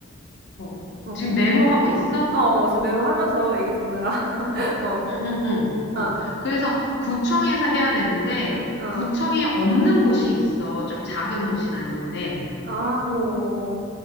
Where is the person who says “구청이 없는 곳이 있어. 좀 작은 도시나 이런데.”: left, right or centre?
Left